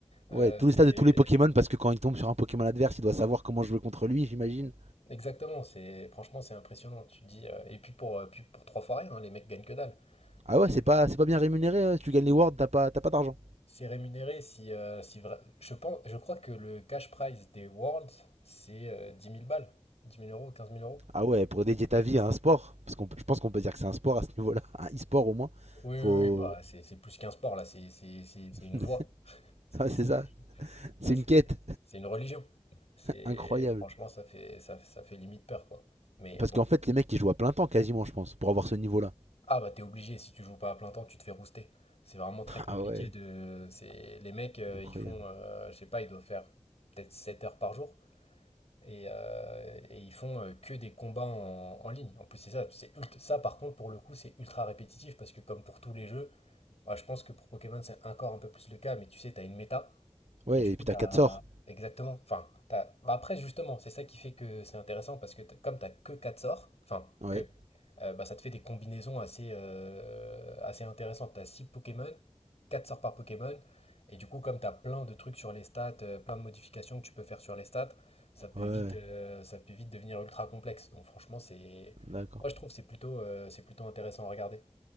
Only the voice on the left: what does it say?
Euh,
c'est
exactement, c'est franchement, c'est impressionnant. Tu te dis, euh, et puis pour, euh, puis pour trois fois rien, hein, les mecs gagnent que dalle. Donc,
C'est rémunéré si, euh, si vra- je pense, je crois que le cash prize des Worlds, c'est euh, 10 000 balles, dix mille euros, quinze mille euros.
Oui,
oui, oui, bah c'est c'est plus qu'un sport là, c'est c'est- c'est- c'est une
voie, c'est
c'est-
là
c'est
c'est une religion. C'est
franchement ça fait ça, ça fait limite peur quoi. Mais
bon,
ah bah t'es obligé si tu joues pas à plein temps, tu te fais rouster. C'est vraiment très compliqué
de, c'est les mecs euh,
ils font, euh, je sais pas, ils doivent faire peut-être 7 heures par jour. Et, euh, et ils font euh, que des combats en, en ligne. En plus, c'est ça, c'est ult- ça par contre pour le coup, c'est ultra répétitif parce que comme pour tous les jeux, moi, je pense que pour Pokémon c'est encore un peu plus le cas, mais tu sais, t'as une méta
et du
coup,
t'as...
Exactement. Enfin, t'as... bah après, justement, c'est ça qui fait que c'est intéressant parce que t'as- comme t'as que 4 sorts, enfin,
que, euh, bah, ça te fait des combinaisons assez, euh, assez intéressantes. T'as 6 Pokémon, 4 sorts par Pokémon. Et du coup, comme t'as plein de trucs sur les stats, euh, plein de modifications que tu peux faire sur les stats, ça peut
vite,
euh, ça peut vite devenir ultra complexe. Donc franchement, c'est...
Moi, je trouve que c'est plutôt, euh, c'est plutôt intéressant à regarder.